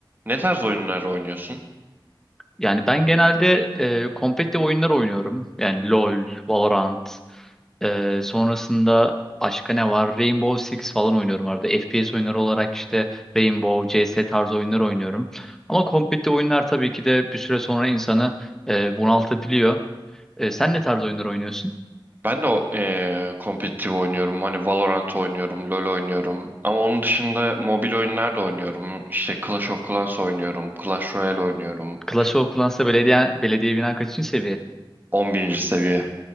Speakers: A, on the right (about 25°); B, in the centre.
A: Ne tarz oyunlar oynuyorsun?
B: Yani ben genelde e, kompetitif oyunlar oynuyorum. Yani LoL, Valorant, e, sonrasında başka ne var? Rainbow Six falan oynuyorum arada. FPS oyunları olarak işte Rainbow, CS tarzı oyunlar oynuyorum. Ama kompetitif oyunlar tabii ki de bir süre sonra insanı e, bunaltabiliyor. E, sen ne tarz oyunlar oynuyorsun?
A: Ben de o- eee kompetitif oynuyorum. Hani Valorant oynuyorum, LoL oynuyorum. Ama onun dışında mobil oyunlar da oynuyorum. İşte Clash of Clans oynuyorum, Clash Royale oynuyorum.
B: Clash of Clans'ta belediye, belediye binan kaçıncı seviye?
A: 11. seviye.